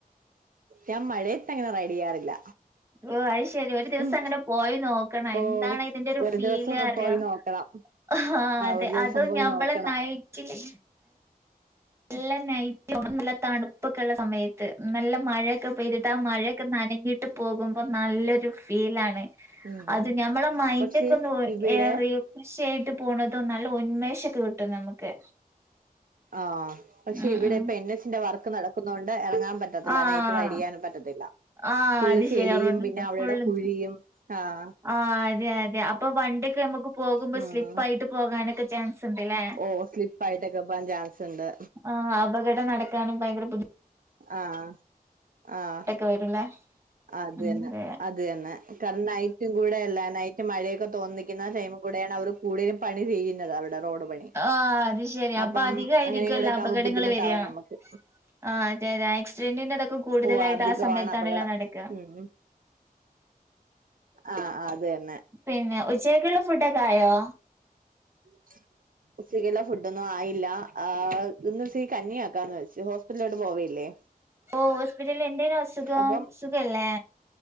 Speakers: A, on the right (about 65°); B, on the right (about 15°).
A: ഞാൻ മഴയത്തങ്ങനെ റൈഡ് ചെയ്യാറില്ല
B: ഓ അത്ശരി ഒരു ദിവസം
A: ഉം
B: അങ്ങനെ പോയി നോക്കണം എന്താണ്
A: ഓഹ്
B: ഇതിന്റെരു
A: ഒരു
B: ഫീല്
A: ദിവസം ഒന്ന്
B: അറിയോ
A: പോയി നോക്കണം
B: ആഹ് അതെ
A: ഒരു ദിവസം
B: അതും
A: പോയി
B: ഞമ്മളെ
A: നോക്കണം
B: നയിറ്റില് നല്ല നൈറ്റ് നല്ല തണുപ്പൊക്കെ ഇള്ള സമയത്ത് നല്ല മഴയൊക്കെ പെതിട്ട് ആഹ് മഴയൊക്കെ നനഞ്ഞിട്ട് പോകുമ്പോ നല്ലൊരു ഫീലാണ്
A: ഉം
B: അത്
A: ഉം
B: ഞമ്മളെ മൈന്റ്
A: പക്ഷെ
B: ഒക്കെ ഒന്ന്
A: ഇവിടെ
B: ഏറെ കൃഷയായിട്ട് പോണതോ നല്ല ഉന്മേഷൊക്കെ കിട്ടും നമുക്ക്
A: ആഹ. പക്ഷെ
B: ഉം
A: ഇവിടെ
B: ഉം
A: ഇപ്പൊ എൻ എച്ചിന്റെ വർക്ക് നടക്കുന്ന കൊണ്ട് ഇറങ്ങാൻ പറ്റ പറ്റത്തില്ല
B: ആഹ്
A: നൈറ്റ് റൈഡെയ്യാനും പറ്റത്തില്ല
B: ആഹ്
A: ഫള്ള്
B: അത്
A: ചെളിയും
B: ശരിയാ റോഡ്
A: പിന്നെ അവിടെ
B: ഫുള്ള്
A: കുഴിയും ആഹ്
B: ആഹ് അതെ അതെ അപ്പൊ വണ്ടിയൊക്കെ നമുക്ക് പോകുമ്പോ
A: ആഹ്
B: സ്ലിപ്പായിട്ട് പോകാനൊക്കെ ചാൻസ് ഉണ്ട്ല്ലേ
A: ഓ സ്ലിപ്പയിട്ടൊക്കെ പോകാൻ ചാൻസ് ഇണ്ട്
B: ആഹ് അപകടം നടക്കാനും ഭയങ്കര ബുദ്ധി
A: ആഹ് ആഹ്
B: ട്ടക്കെ വരുംല്ലേ
A: അത്
B: ഉം
A: ന്നെ
B: അതെ
A: അത് ന്നെ കാരണം നൈറ്റും കൂടെയല്ല നൈറ്റ് മഴയൊക്കെ തോന്നിക്കുന്ന ടൈമും കൂടെയാണ് അവർ കൂടുതലും പണി ചെയെയ്യുന്നത് അവിര്ടെ റോഡ് പണി
B: ആഹ് അത് ശരി
A: അപ്പം
B: അപ്പൊ അധികായിരിക്കുവല്ലോ
A: അങ്ങനെയും കൂടെക്കെ
B: അപകടങ്ങള്
A: ആ കുമ്പോ ബുദ്ധിമുട്ടാവും
B: വരിക
A: നമക്ക്
B: ആഹ് അതെ ആക്സിഡന്റിന്റെതൊക്കെ കൂടുതലായിട്ട്
A: ഓ അധികമാണ്
B: ആഹ് സമയത്താണെല്ലോ
A: അപകടം
B: നടക്കുക
A: ഉം ആഹ് അത് തന്നെ
B: പിന്നെ ഉച്ചക്കക്ക്ള്ള ഫുഡൊക്കെ ആയോ
A: ഉ <unintelligible> ഉച്ചരില്ല ഫുഡൊന്നും ആയില്ല ആഹ് ഒന്ന് സീ കന്നിയ ആക്കാന്ന് വെച്ച് ഹോസ്പിറ്റലിലോട്ട് പോവേല്ലേ
B: ഓ ഹോസ്പിറ്റലിൽ എന്തേനു അസുഖം
A: അപ്പം
B: സുഖല്ലേ